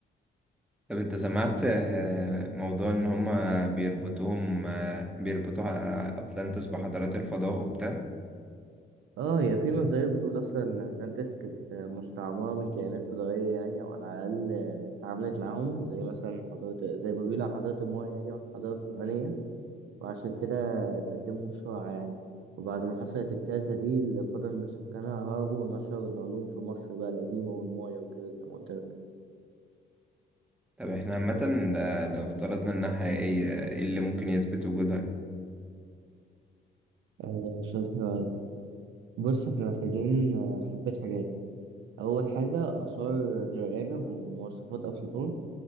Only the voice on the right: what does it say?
اه هي في نظرية بتقول أصلا إن أتلانتس كانت مستعمرة من كائنات فضائية يعني أو على الأقل اتعاملت معاهم زي مثلا حضارة زي ما بيقولوا على حضارة المايا يعني والحضارة الفرعونية وعشان كده اتقدموا بسرعة يعني وبعد ما حصلت الكارثة دي اللي فضل من سكانها هربوا ونشروا العلوم في مصر بقى القديمة والمايا وكده زي ما قلت لك.
آه، شوية حاجات بص احنا محتاجين آه، حبة حاجات أول حاجة آثار رؤية بمواصفات أفلاطون